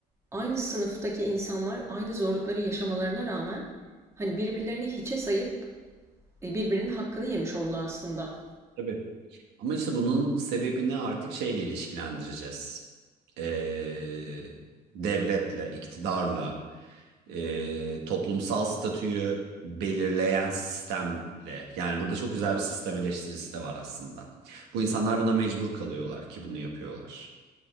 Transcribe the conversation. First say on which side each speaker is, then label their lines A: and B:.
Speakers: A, on the right (about 15°); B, on the right (about 80°).
A: aynı sınıftaki insanlar aynı zorlukları yaşamalarına rağmen hani birbirlerini hiçe sayıp e, birbirinin hakkını yemiş oldu aslında.
B: Tabii. Ama işte bunun sebebini artık şeyle ilişkilendireceğiz. Ee, devletle, iktidarla, ee, toplumsal statüyü belirleyen sistemle. Yani burada çok güzel bir sistem eleştirisi de var aslında. Bu insanlar buna mecbur kalıyorlar ki bunu yapıyorlar.